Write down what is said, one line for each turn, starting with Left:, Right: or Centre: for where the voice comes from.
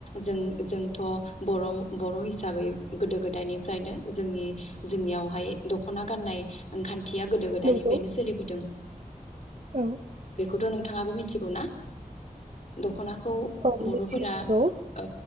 Left: जों जोंथ' बरं' बर' हिसाबै गोदो गोदायनिफ्रायनो जोंनि जोंनियावहाय दख'ना गाननाय ओं खान थिया गोदो गोदायनिफायनो
Right: नंगौ
Left: सोलिबोदों।
Right: औ
Left: <unintelligible> नोंथाङाबो मिथिगौ ना दख'ना खौ
Right: औ
Left: बर'फोरा
Right: मिथिगौ
Left: ओ